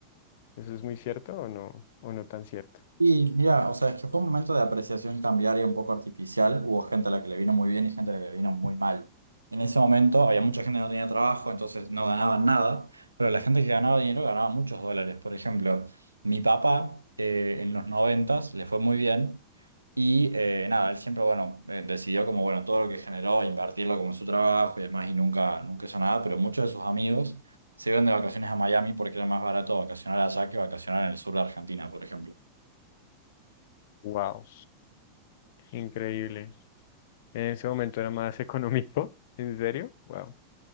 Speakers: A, on the left; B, on the right.
A: ¿Eso es muy cierto o no, o no tan cierto?
B: Y mira, o sea, es que fue un momento de apreciación cambiaria un poco artificial. Hubo gente a la que le vino muy bien y gente a la que le vino muy mal. En ese momento había mucha gente que no tenía trabajo, entonces no ganaban nada, pero la gente que ganaba dinero ganaba muchos dólares. Por ejemplo, mi papá eh, en los noventas le fue muy bien y eh, nada, él siempre, bueno, eh, decidió como, bueno, todo lo que generó, invertirlo como en su trabajo y demás y nunca, nunca hizo nada, pero muchos de sus amigos se iban de vacaciones a Miami porque era más barato vacacionar allá que vacacionar en el sur de Argentina, por ejemplo.
A: Wow. Increíble. En ese momento era más <laughs> económico. ¿En serio? Wow.